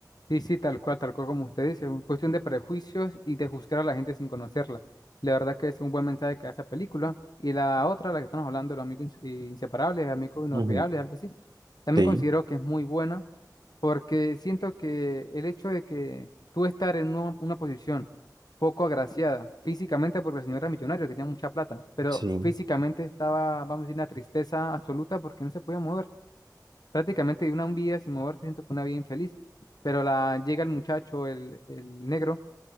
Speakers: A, on the left (about 65°); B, on the right (about 75°).
A: Sí, sí, tal cual, tal cual como usted dice. Es cuestión de prejuicios y de juzgar a la gente sin conocerla. La verdad que es un buen mensaje que da esa película. Y la otra, la que estamos hablando, los amigos ins- eh, inseparables, amigos inolvidables,
B: Ujú.
A: algo así. También
B: Sí,
A: considero que es muy buena porque siento que el hecho de que tú estar en una, una posición poco agraciada físicamente, porque el señor era millonario, tenía mucha plata, pero
B: sí.
A: físicamente estaba, vamos a decir, una tristeza absoluta porque no se podía mover. Prácticamente de una vida sin moverse, siento que una vida infeliz. Pero la, llega el muchacho, el, el negro,